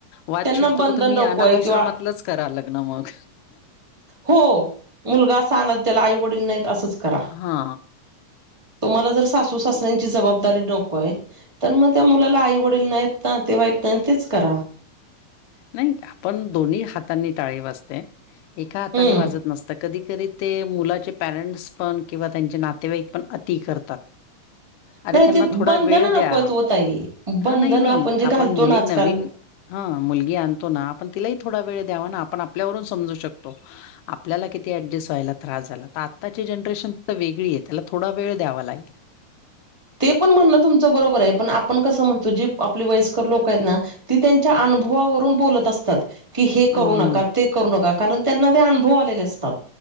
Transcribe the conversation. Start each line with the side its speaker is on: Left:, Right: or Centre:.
Left: वाद
Right: त्यांना
Left: छिडतो
Right: बंधन
Left: क तुम्ही
Right: नकोय
Left: अनाथ आश्रमातलंच
Right: किंवा
Left: करा लग्न मग.
Right: हो मुलगा असा आणत त्याला आईवडील नाहीत आसंच करा.
Left: हा.
Right: तुम्हाला जर सासू सास त्यांची जबाबदारी डोकोय तर मग त्या मुलाला आई वडील नाहीत ना, तेव्हा एक त्यान तेच कराव.
Left: नाही आपण दोन्ही हातानी टाळे वाजते एका हाताने
Right: हम्म
Left: वाजत नस त कधी कधी ते मुलाचे पॅरेंट्स पण किंवा त्यांचे नातेवाईक पण अती करतात. अरे
Right: नाही
Left: त्यांना
Right: ते
Left: थोडा
Right: बंधन
Left: वेळ द्या
Right: नकोत ओ ताई
Left: ह
Right: बंधन
Left: नाही नाही
Right: आपण जे
Left: आप
Right: घालतो
Left: मुली
Right: ना आजकाल
Left: नवीन हा मुलगी आणतो ना, आपण तिलाही थोडा वेळ द्याव ना, आपण आपल्यावरून समजू शकतो. आपल्याला किती ऍडजस्ट व्हायला त्रास झाला त आत्ताची जनरेशन त वेगळी हे त्याला थोडा वेळ द्यावा लागेल.
Right: ते पण म्हणणं तुमचं बरोबर आहे पण आपण कसं म्हणतो जी आपली वयस्कर लोक आहेत ना. ती त्यांच्या अनुभवावरून बोलत असतात. की हे
Left: हं,
Right: करू नका ते करू नका कारण त्यांना ते अनुभव आलेले असतात